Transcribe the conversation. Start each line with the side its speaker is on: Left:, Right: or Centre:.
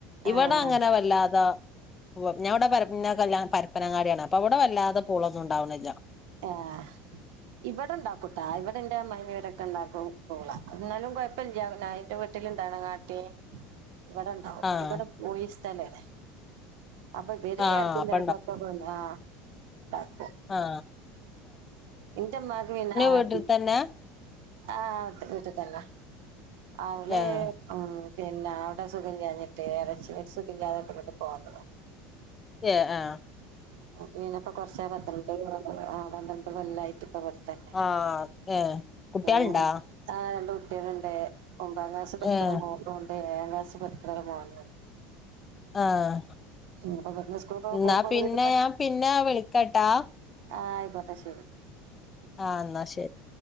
Left: ഇവിടെ
Right: ആഹ്
Left: അങ്ങനെ വല്ലാതാ ഓ ഞാനിവിടെ ഞ കല്യ പരപ്പനങ്ങാടിയാണ് അപ്പൊ അവിടെ വല്ലാതെ പൂളൊന്നും ഉണ്ടാവ്ണ്ല്ല.
Right: ആഹ് ഇവിടെ ഉണ്ടാക്കൂട്ടാ ഇവിടെന്റെ അമ്മായിമ്മ ഇവരൊക്കെ ണ്ടാക്കും പൂള. ന്നാലും കുഴപ്പല്ല്യ അതിന്റെ നാട്ടില്ണ്ടാക്ണേ കാട്ടി
Left: <inaudible>
Right: ഇവിടെണ്ടാവും,
Left: ആഹ്
Right: ഇവിടെ പൂയി സ്ഥലാണ്. അപ്പ ഇബര്
Left: ആഹ്
Right: എടക്കും
Left: അപ്പ
Right: തലക്കൊ ക്കെ കൊട്ന്ന് ആ <unintelligible>
Left: ആ
Right: ഇന്റെ മ്മാക്ക് പിന്നെ ആ
Left: വീട്ടിൽ തന്നെ
Right: ആഹ് വീട്ട് തന്നെ അവള്
Left: ആഹ്
Right: ഉം പിന്നെ അവിടെ സുഖമില്ലാഞ്ഞിട്ട് എളേച്ചി സുഖമില്ലാതെ ഇങ്ങ്ട് പോന്നതാ.
Left: ഏ ആഹ
Right: പിന്നപ്പൊ കൊറച്ച് <unintelligible> ആ പന്ത്രണ്ട് കൊല്ലായിട്ട് ഇവിടെത്തന്നെയാണ്
Left: ആഹ് ഏ കുട്ടിയാള്ണ്ടാ?
Right: ഉം ആ രണ്ട് കുട്ടികളുണ്ട്. ഒമ്പതാം ക്ലാസ് പഠിക്കണ
Left: ഏഹ്
Right: മോളുണ്ട്, ഏഴാം ക്ലാസ്സിൽ പഠിക്കണ ഒരു മോനുണ്ട്.
Left: ആഹ്
Right: ഉം അപ്പൊ ഇവിടുന്ന് സ്കൂൾ
Left: ന്നാ
Right: പോകുമ്പോ
Left: പിന്നെ
Right: വീട്
Left: ഞാൻ പിന്നെ വിളി ക്കട്ടാ
Right: ആഹ ആയിക്കോട്ടെ ശരി
Left: ആഹ എന്നാ ശരി